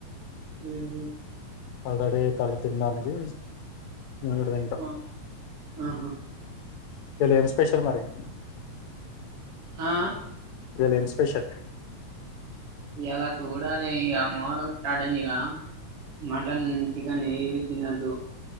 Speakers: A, on the right; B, on the left.
A: ఉం ఉం
B: ఆల్రెడీ తల్లి తినడానికి నను ఇడు తనిప్ప
A: ఆ
B: <unintelligible>
A: ఆహా
B: ఇయ్యాల ఏమ్ స్పెషల్ మరి
A: ఆ
B: ఇయల ఏం స్పెషల్
A: ఇయ్యాల చూడాలి ఇగ మోహారం స్టార్ట్ అయింది ఇగ మటన్ చికెన్ ఏవి తినొద్దు